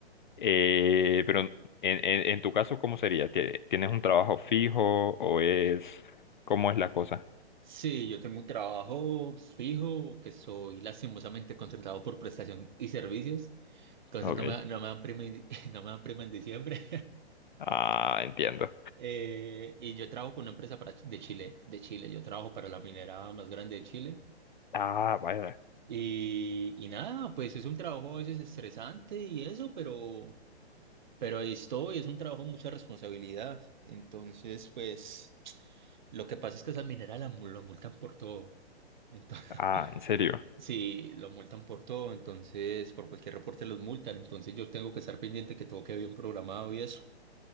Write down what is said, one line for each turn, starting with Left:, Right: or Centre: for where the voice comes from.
Left: Eh, pero en, en- en tu caso, ¿cómo sería? ¿Tie- ¿Tienes un trabajo fijo o es... ¿Cómo es la cosa?
Right: Sí, yo tengo un trabajo fijo que soy lastimosamente contratado por prestación y servicios, entonces
Left: Ok.
Right: no me, no me dan prima, en- <laughs> no me dan prima en diciembre.
Left: Ah, entiendo.
Right: Eh, y yo trabajo con una empresa para, de Chile, de Chile. Yo trabajo para la minera más grande de Chile.
Left: Ah, vaya.
Right: Y, y nada, pues es un trabajo a veces estresante y eso, pero, pero ahí estoy, es un trabajo de mucha responsabilidad. Entonces, pues lo que pasa es que esa minera la, mul- lo multan por todo. Entonces,
Left: Ah,
Right: <laughs>
Left: en serio.
Right: sí, lo multan por todo. Entonces, por cualquier reporte los multan. Entonces, yo tengo que estar pendiente que todo quede bien programado y eso.